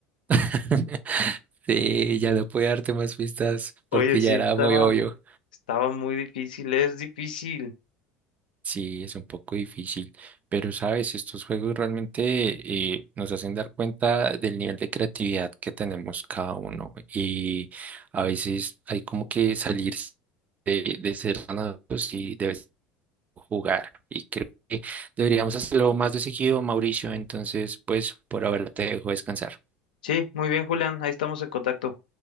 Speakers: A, on the right; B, on the left.
A: <laughs> Sí, ya no pude darte más pistas
B: Oye,
A: porque
B: sí,
A: ya era
B: estaba,
A: muy obvio.
B: estaba muy difícil, es difícil.
A: Sí, es un poco difícil, pero sabes, estos juegos realmente eh, nos hacen dar cuenta del nivel de creatividad que tenemos cada uno y a veces hay como que salir de, de ser ganados y de vez jugar. Y creo que deberíamos hacerlo más de seguido, Mauricio. Entonces, pues por ahora te dejo descansar.
B: Sí, muy bien, Julián, ahí estamos en contacto.